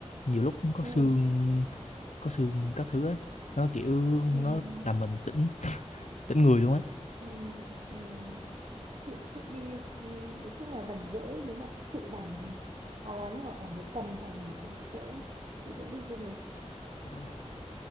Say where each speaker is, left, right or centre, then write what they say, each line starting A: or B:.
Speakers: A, on the left; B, on the right.
A: nhiều lúc cũng có
B: ừ
A: sương có sương các thứ ấy nó kiểu
B: ừ
A: nó làm mình tỉnh tính người luôn ấy
B: ừ ừ chị thích đi ừ, nói chung là rảnh rỗi nếu mà thực sự rảnh thì hoặc là lúc nào cảm thấy cần phải nghỉ thì chị sẽ chị sẽ đi du lịch
A: Ờ,